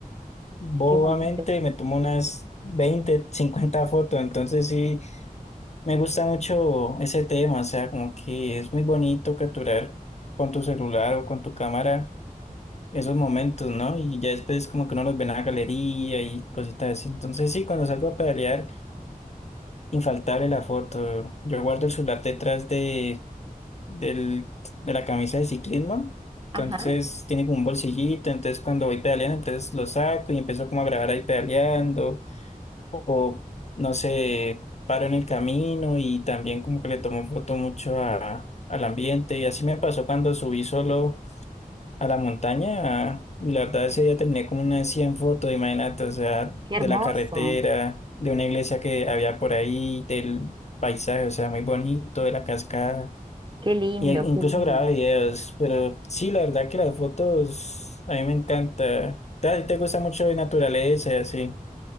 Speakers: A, on the left; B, on the right.
A: bobamente
B: Qué bonito.
A: me tomo unas 20 50 fotos. Entonces sí. Me gusta mucho ese tema, o sea, como que es muy bonito capturar con tu celular o con tu cámara esos momentos, ¿no? Y ya después como que uno los ve en la galería y cositas así. Entonces sí, cuando salgo a pedalear, infaltable la foto. Yo guardo el celular detrás de, del, de la camisa de ciclismo, entonces
B: Ajá,
A: tiene como un bolsillito, entonces cuando voy pedaleando, entonces lo saco y empiezo como a grabar ahí pedaleando o no sé, paro en el camino y también como que le tomo foto mucho a, al ambiente y así me pasó cuando subí solo a la montaña, y la verdad ese día terminé como unas 100 fotos, imagínate, o sea,
B: qué
A: de
B: hermoso.
A: la carretera, de una iglesia que había por ahí, del paisaje, o sea, muy bonito, de la cascada.
B: Qué lindo,
A: Y e- incluso
B: qué lindo.
A: grababa videos, pero sí, la verdad que las fotos a mí me encanta. ¿A ti te gusta mucho la naturaleza y así?